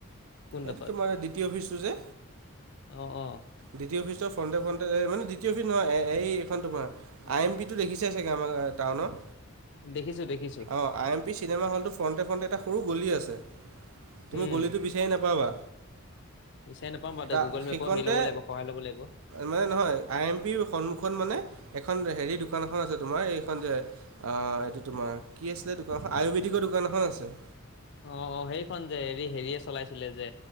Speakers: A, on the left; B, on the right.
A: কোনডোখৰত
B: এইটো তোমাৰ দ্বিতীয় অফিচটো যে
A: অ, অ।
B: দিতি অফিছটোৰ ফ্ৰণ্টে-ফ্ৰণ্টে যে মানে দিতি অফিচ নহয়, এ এইখন তোমাৰ আই এম পি টো দেখিছাই চাগে আমাৰ টাউনৰ?
A: দেখিছো-দেখিছো।
B: অ, আই এম পি চিনেমা হল্টো ফৰন্টে-ফৰন্টে এটা গলি আছে, তুমি
A: উম
B: গলিটো বিচাৰি নাপাবা,
A: বিচাৰি নাপাম বাৰু
B: তা'ত
A: গুগল
B: সেইখনতে
A: মেপৰ হেৰি ল'ব লাগিব সহায় ল'ব লাগিব
B: মানে নহয়, আই এম পিৰ সন্মুখত মানে এখন হেৰি দোকান এখন আছে তোমাৰ এইখন যে অ, এইটো তোমাৰ কি আছিলে দোকানখন আয়ুৰ্বেদিকৰ দোকান এখন আছিলে।
A: অ', অ', সেইখন যে হেৰি-হেৰিয়ে চলাইছিলে যে